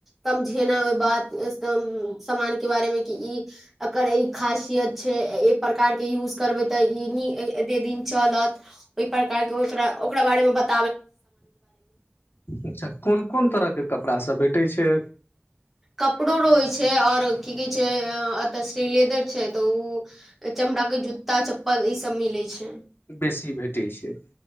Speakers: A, in the centre; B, on the left.
A: समझेना ओहि बात समान के बारेमे कि ई एकर ई खासियत छै एहि प्रकार के यूज करबै तऽ ई ए दिन चलत ओहि प्रकार ओकरा बारे मे बता
B: अच्छा कोन कोन तरहके कपड़ा सब भेटै छै
A: कपड़ो रहै छै आओर की कहै छै लेदर छै तऽ ओ चमड़ा के जूता चप्पल ई सब मिले छै
B: बेसी भेटै छै